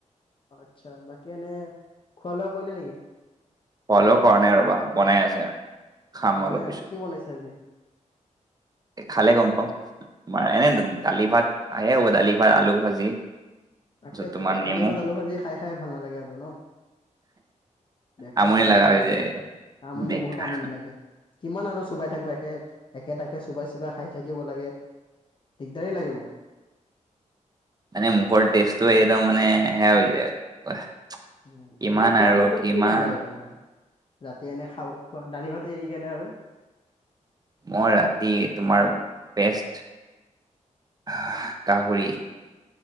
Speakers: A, on the left; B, on the right.
A: আচ্ছা বাকী এনে, খোৱা - লোৱা কৰিলে নেকি?
B: খুৱা - লোৱা কৰা নাই ৰ'বা! বনাই আছে খাম
A: বনাই
B: অলপ
A: আছে
B: পিছত।
A: কি বনাইছে আজি
B: খালে গম পাও, বা এনে দালি - ভাত আহে হ'ব দালি - ভাত, আলু ভাজি। তাৰপিছত
A: তাকেতো
B: তোমাৰ
A: এই দালি
B: নেমু
A: - ভাত, আলু ভাজি খাই খাই ভাল নালাগে আৰু ন? বেকাৰ
B: আমনি
A: খাদ্য
B: লগা হৈ
A: এইবিলাক,
B: যায়
A: আমনি
B: বেকাৰ
A: বহুত আমনি লাগে। কিমান আৰু চোবাই থাকিবা, একে - একে তাকে চোবাই - চোবাই খাই থাকিব লাগে। দিগদাৰেই লাগে মোৰ।
B: এনে মুখৰ টেষ্টটো এইটো মান সেয়া হৈ যায়
A: উম,
B: কিমান
A: এনে খোৱাৰ
B: আৰু
A: ভিতৰত
B: কিমান
A: কি ভাল লাগে তোমাৰ ৰাতি এনে খাব খোৱা দালি - ভাতে এৰি কেনে আৰু?
B: মই ৰাতি তোমাৰ বেষ্ট আহ গাহৰি।